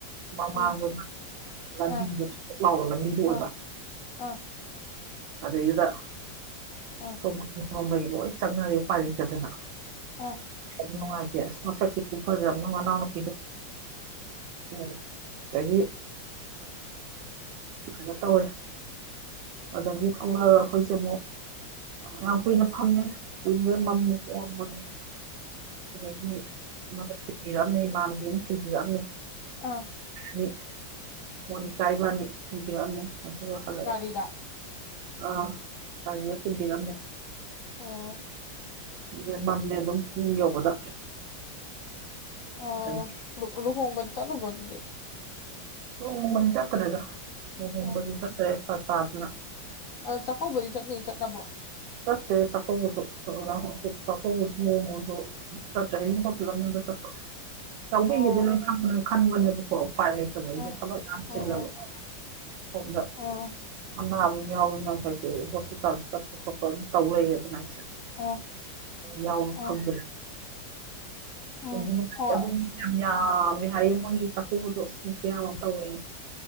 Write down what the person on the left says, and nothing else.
ꯎꯝ
ꯑꯥ
ꯑꯥ ꯑꯥ
ꯑꯥ
ꯑ
ꯑꯥ
ꯒꯥꯔꯤꯗ
ꯑꯣ
ꯑ
ꯂꯨ ꯂꯨꯍꯣꯡꯕꯗꯤ ꯆꯠꯂꯨꯕ꯭ꯔꯣ ꯑꯗꯨꯗꯤ
ꯎꯝ
ꯑ ꯆꯥꯛꯀꯧꯕꯗꯤ ꯆꯠꯅꯤ ꯆꯠꯂꯕꯣ
ꯑꯣ
ꯎꯝ
ꯎꯝ
ꯎꯝ
ꯎꯝ
ꯎꯝ
ꯎꯝ
ꯎꯝ
ꯍꯣꯏ